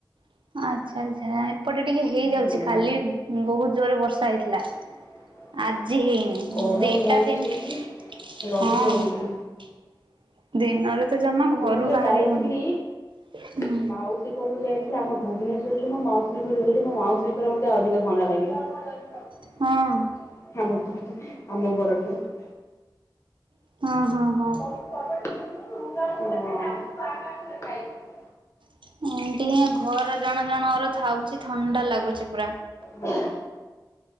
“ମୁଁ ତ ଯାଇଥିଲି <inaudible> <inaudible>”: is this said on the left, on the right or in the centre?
Left